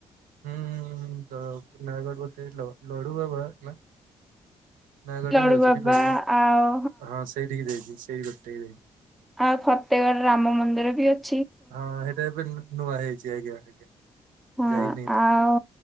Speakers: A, on the right; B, in the centre.
A: ହୁଁ ତ ନୟାଗଡ଼ ବୋଧେ ଲଡ଼ୁ ବାବା ନା ନୟାଗଡ଼ରେ
B: ଲଡୁ
A: ଯାଉଛିି
B: ବାବା
A: କି ଲଡ଼ୁବାବ
B: ଆଉ
A: ହଁ ସେଇଠିକି ଯାଇଛି <unintelligible>
B: ଆଉ ଫତେଗଡ ରାମ ମନ୍ଦିର ବି ଅ
A: ହଁ ହେଟା ଏବେ ନୂଆ ହେଇଛି ଆଜ୍ଞା ଆଜ୍ଞା
B: ହଁ
A: ଯାଇନି।
B: ଆଉ